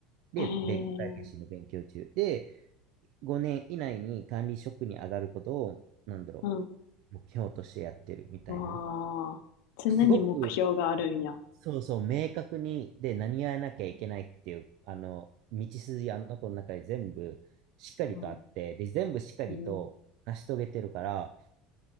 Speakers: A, on the right; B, on the left.
A: で、
B: ええ
A: 米国会計士の勉強中。で、5年以内に管理職に上がることを、なんだろ
B: うん。
A: う、目標としてやってるみたいな。
B: わあ、常に目標があるんや。
A: すごくそうそう、明確に、で、何やらなきゃいけないっていう、あの、道筋、あの子の中に全部しっかりとあって、
B: うん、
A: で、全部しっかりと成し遂げてるから、
B: うん、